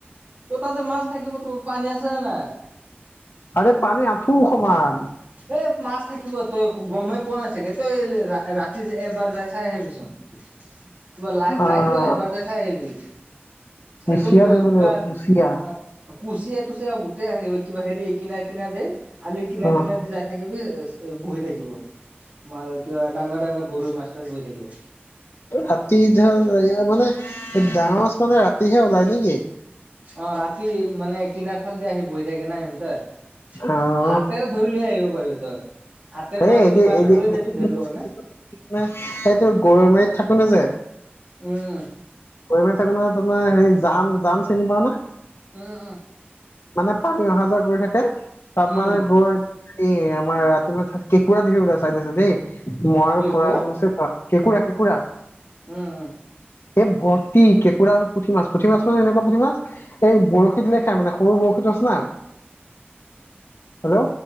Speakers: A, on the right; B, on the left.
A: ত' তাতে মাছ থাকিবতো, পানী আছে নে নাই?
B: আৰে পানী আঁঠুৰ সমান।
A: এ মাছ থাকিব তই গমেই পোৱা নাই চাগে তই ৰা-ৰাতি এবাৰ যাই চাই আহিবি চোন, <unintelligible> লাই
B: আহ
A: লাইট লৈ এবাৰ যাই চাই আহিবি।
B: কুচিয়া
A: একদম <unintelligible>
B: ধৰিব
A: কিবা
B: লাগিব কুচিয়া।
A: অ' কুচিয়া থুচিয়া গোটেই আহিব কিবা হেৰি কিনাৰ কিনাৰতে, আলিৰ কিন
B: অ
A: কিনেদি যাই থাকিবি এচ এ বৈ থাকিব মা কিবা ডাঙৰ ডাঙৰ গৰৈ মাছ তাত বৈ থাকিব
B: ৰাতি ধৰ এ মানে ডাঙৰ মাছ মানে ৰাতিহে ওলাই নেকি
A: অঁ ৰাতি মানে কিনাৰ ফালেদি আহি বহি থাকে না ইহতে
B: অ
A: হাতেৰে ধৰি লৈ আহিব পাৰিবি তই হাতেৰে
B: হেই
A: নহলে
B: এদ
A: কিবা
B: এ সেইটোৰ
A: এটা লৈ যাবি ধৰিব কাৰণে
B: গৰৈ মাৰিত থাকোতে যায় <unintelligible>
A: উম
B: গৰৈ মাৰি থাক না তাৰ মানে হেৰি জান জান চিনি পাও ন <unintelligible>
A: উ উ
B: মানে পানী অহা যোৱা কৰি থাকে তাত
A: উম
B: মানে গৈ এ আমাৰ ৰাতি ম কেঁকুৰা দিব পাই চাই আছে দেই মই আৰু
A: কি
B: খুৰা
A: কোৱা
B: এজন আছে কেঁকোৰা কেঁকোৰা
A: উম উম
B: এই ভৰ্তি কেঁকোৰা আৰু পুঠি মাছ পুঠি মাছ মানে এনেকুৱা পুঠি মাছ এই বৰশীত লে খাই মানে সৰু বৌশীটো আছে না হেল্ল'